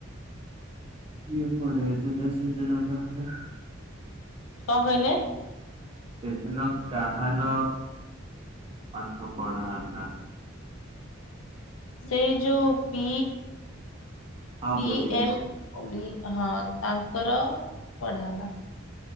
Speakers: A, on the right; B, on the left.
A: କିଏ ପଢେଇଥିଲେ ସେଦିନ? <unintelligible>
B: କଣ କହିଲେ?
A: ସେଦିନ କାହାର ପାଠ ପଢା ହେଲା?
B: ସେଇ ଯୋଉ ପି
A: ହଁ
B: ପି
A: ବୁଝିଗଲି
B: ଏମ୍ ହଁ ତାଙ୍କର ପଢା ହେଲା।